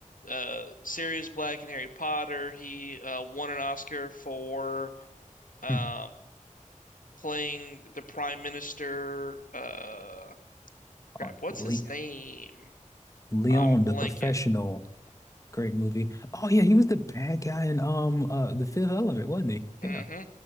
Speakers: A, on the left (about 85°); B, on the left (about 25°).
A: Uh, Sirius Black in Harry Potter. He uh, won an Oscar for um,
B: Hmm.
A: playing the Prime Minister. Uh, crap,
B: Oh,
A: what's
B: Le
A: his name?
B: Leon,
A: I'm blanking.
B: the professional. Great movie. Oh yeah, he was the bad guy in um uh The Fifth Element, wasn't he? Yeah.
A: hmm